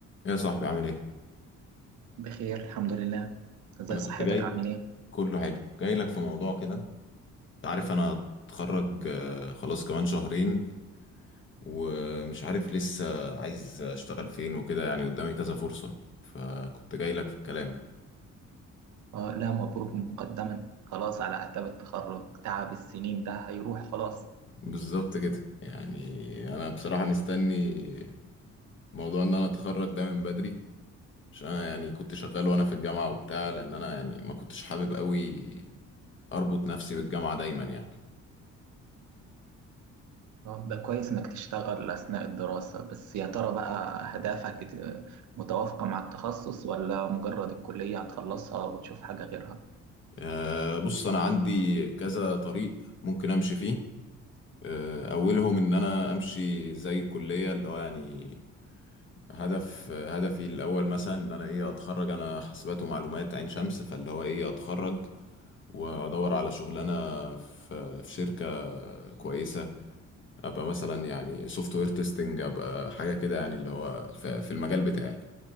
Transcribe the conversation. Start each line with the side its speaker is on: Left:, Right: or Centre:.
Left: يا صاحبي عامل ايه؟
Right: بخير الحمد لله ازي
Left: انا
Right: صحتك
Left: كنت جاي
Right: عامل ايه
Left: كله حلو جاي لك في موضوع كده انت عارف انا هتخرج آه، خلاص كمان شهرين ومش عارف لسه عايز اشتغل فين وكده يعني قدامي كذا فرصة فكنت جاي لك في الكلام
Right: آه لا مبروك مقدما خلاص على اعتاب التخرج تعب السنين ده هيروح خلاص
Left: بالظبط كده يعني انا بصراحة مستني موضوع ان انا اتخرج ده من بدري عشان انا يعني كنت شغال وانا في الجامعة وبتاع لان انا يعني ما كنتش حابب قوي اربط نفسي بالجامعة دايما يعني
Right: آه ده كويس انك تشتغل اثناء الدراسة بس يا ترى بقى اهدافك ت- متوافقة مع التخصص ولا مجرد الكلية هتخلصها وتشوف حاجة غيرها
Left: آه، بص أنا عندي كذا طريق ممكن أمشي فيه آه، أولهم إن أنا أمشي زي الكلية اللي هو يعني هدف آه، هدفي الأول مثلا إن أنا إيه أتخرج أنا حاسبات ومعلومات عين شمس فاللي هو إيه أتخرج وأدور على شغلانة في في شركة كويسة أبقى مثلا يعني سوفت وير تيستنج أبقى حاجة كده يعني اللي هو في في المجال بتاعي